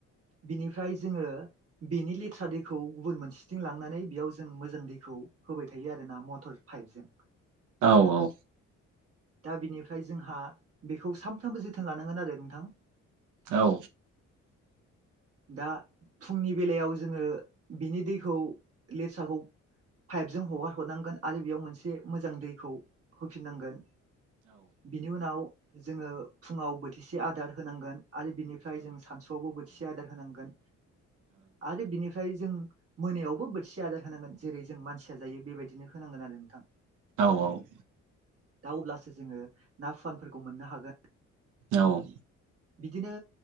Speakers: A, on the right; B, on the right.
A: बिनिफ्राय जोङो। बेनि लेथ्रा दैखौ गुबुन मोनसेथिं लांनानै बेयाव जों मोजां दैखौ। होबाय थायो आरो ना मटर पाइपजों।
B: औ औ।
A: दा बिनिफ्राय जोंहा बेखौ सानफ्रामबो जोथोन लानांगोन आरो नोंथां।
B: औ।
A: दा फुंनि बेलायाव जोङो बिनि दैखौ लेरसाखौ। पाइपजों हगार हरनांगोन आरो बेयाव मोनसे मोजां दैखौ होफिननांगोन। बिनि उनाव जोङो फुङाव बोथिसे आदार होनांगोन आरो बिनिफ्राय जों सानसु बावबो बोथिसे आदार होनांगोन आरो बिनिफ फाय जों मोनायावबो बोथिसे आदार होनांगोन जेरै जों मानसिया जायो बेबायदिनो होनांगोन आरो नोंथां।
B: औ औ।
A: दा अब्लासो जोङो ना फुवानफोरखौ मोननो हागोन।
B: औ।
A: बिदिनो